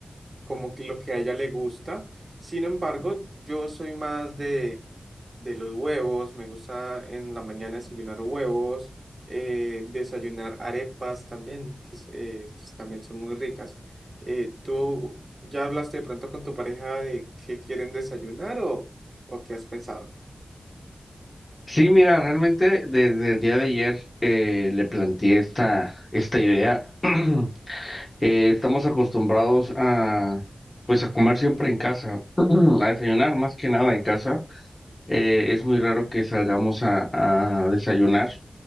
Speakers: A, on the right (about 40°); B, on the left (about 25°).
A: como que lo que a ella le gusta. Sin embargo, yo soy más de, de los huevos, me gusta en la mañana desayunar huevos, eh, desayunar arepas también, que es- eh, estas también son muy ricas. Eh, ¿tú ya hablaste de pronto con tu pareja de qué quieren desayunar o, o qué has pensado?
B: Sí, mira, realmente desde el día de ayer eh, le planteé esta, esta idea. <clears throat> Eh, estamos acostumbrados a, pues, a comer siempre en casa, <clears throat> a desayunar más que nada en casa. Eh, es muy raro que salgamos a, a desayunar,